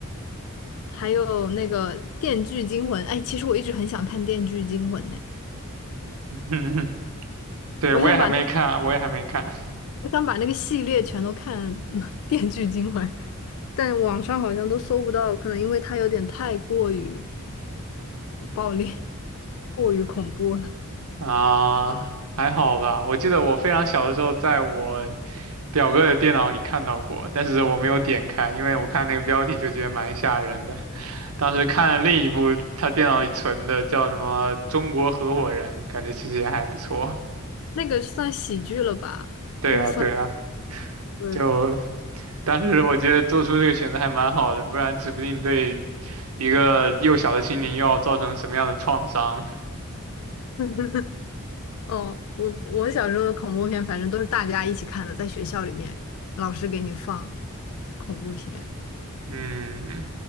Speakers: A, on the left; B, on the right.
A: 还有那个《电锯惊魂》。哎，其实我一直很想看《电锯惊魂》呢，
B: <laughs> 对，
A: 我想把那个
B: 我也还没看，我也还没看。
A: 我想把那个系列全都看，<laughs> 嗯《电锯惊魂》，但网上好像都搜不到，可能因为它有点太过于暴力、过于恐怖了。
B: 啊，还好吧。我记得我非常小的时候，在我表哥的电脑里看到过，但是我没有点开，因为我看那个标题就觉得蛮吓人的。当时看了另一部他电脑里存的，叫什么《中国合伙人》，感觉其实也还不错。
A: 那个算喜剧了吧？
B: 对啊，
A: 那个算
B: 对啊，
A: 对，
B: 就当时我觉得做出这个选择还蛮好的，不然指不定对一个幼小的心灵又要造成什么样的创伤。
A: <laughs> 哦，我我小时候的恐怖片，反正都是大家一起看的，在学校里面，老师给你放恐怖片。
B: 嗯